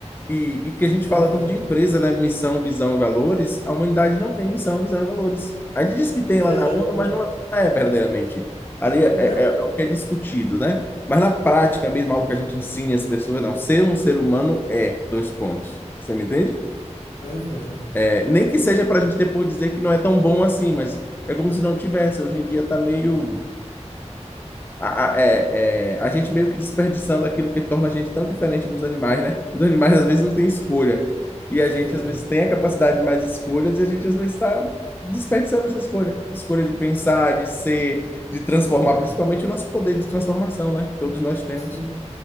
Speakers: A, on the left; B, on the left.
A: E, e que a gente
B: uhum,
A: fala tanto de empresa, né? Missão, visão e valores. A humanidade não tem missão, visão e valores. A gente diz que tem
B: exatamente.
A: lá na ONU, mas não é verdadeiramente. Ali é, é-
B: Não,
A: é
B: não.
A: o que é discutido, né? Mas na prática
B: uhum.
A: mesmo, algo que a gente ensina as pessoas, não. Ser um ser humano é dois pontos. Você me entende?
B: Uhum,
A: É, nem que seja para a gente depois dizer que não é tão bom assim, mas é como se não tivesse. Hoje em dia está meio a, a- é- é, a gente meio que desperdiçando aquilo que torna a gente tão diferente dos animais, né? Os animais às vezes não têm escolha. E a
B: uhum,
A: gente às vezes tem a capacidade de mais escolhas e a gente às vezes está desperdiçando essa escolha. Escolha de pensar, de ser, de transformar,
B: uhum.
A: principalmente o nosso poder de transformação, né? Que todos nós temos.
B: Sim,